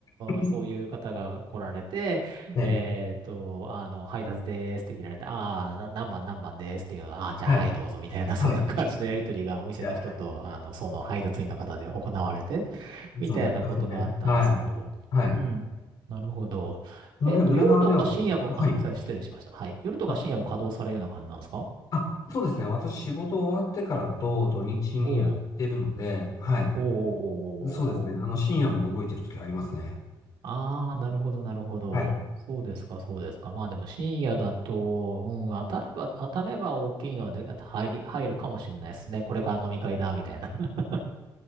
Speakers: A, on the left; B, on the right.
A: <laughs>
B: ーそういう方が来られて、
A: ね、
B: えーっと、あの、配達でーすって切られて、ああ、何番何番ですっていうのは、ああー、じゃあはいどうぞみたいな、
A: はい、
B: そんな感じのやりとりがお店の人と、
A: はい。いや、
B: あの、その配達員の方で行われて、
A: いつもやってますね。
B: みたいなことがあったんですけど、
A: はい。はい。
B: うん。なるほど。
A: その辺、
B: えっと、
A: 裏側ではもう、
B: 夜とか深夜も、
A: はい。
B: あ、すいません失礼しました。はい。夜とか深夜も稼働されるような感じなんですか
A: あ、あ、そうですね。私、仕事終わってからと土日にやってるので、
B: おう
A: はい。
B: おうおうおうおうおう
A: そうですね。あの、深夜も動いてる時ありますね。
B: ああー、なるほど、なるほど。
A: はい。
B: そうですか、そうですか。まあでも深夜だと、うん、当たれば、当たれば大きいのはで、入り、入るかもしれないですね。これから飲み会だ、みたいな。<laughs>